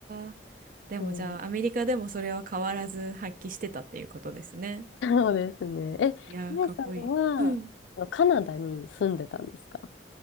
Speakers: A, on the right; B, on the left.
A: ー。でもじゃあ、
B: うん、
A: アメリカでもそれは変わらず発揮してたっていうことですね。
B: そうですね。え、
A: いやー、
B: 皆さんは、
A: かっこいい。うん。
B: あのカナダに住んでたんですか